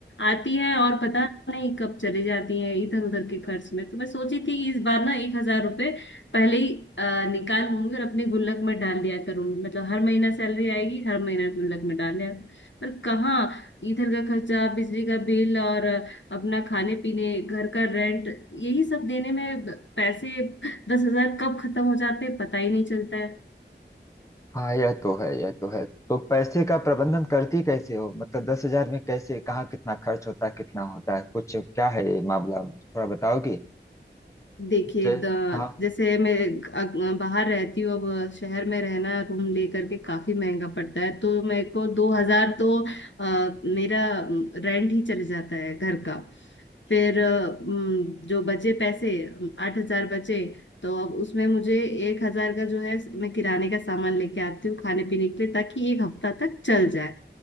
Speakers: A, on the left (about 80°); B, on the left (about 15°).
A: आती है और पता नहीं कब चली जाती है इधर उधर के खर्च में तो मैं सोची थी कि इस बार ना एक हजार रुपये पहले ही अ, निकाल लूंगी और अपने गुल्लक में डाल दिया करूंगी मतलब हर महीना सैलरी आएगी हर महीना गुल्लक में डाल दिया पर कहाँ इधर का खर्चा बिजली का बिल और अपना खाने पीने घर का रेंट यही सब देने में पैसे दस हजार कब खत्म हो जाते हैं, पता ही नहीं चलता है
B: हाँ यह तो है यह तो है तो पैसे का प्रबंधन करती कैसे हो मतलब दस हजार में कैसे कहाँ कितना खर्च होता है कितना होता है कुछ क्या है ये मामला थोड़ा बताओगी
A: देखिए
B: जय
A: द-
B: हाँ
A: जैसे मैं अग- बाहर रहती हूँ अब शहर में रहना रूम लेकर के काफी महंगा पड़ता है तो मेरे को दो हजार तो आ, मेरा रेंट ही चले जाता है घर का फिर अ, म, जो बचे पैसे आठ हजार बचे तो अब उसमें मुझे एक हजार का जो है मैं किराने का सामान लेके आती हूँ खाने पीने के लिए ताकि एक हफ्ता तक चल जाए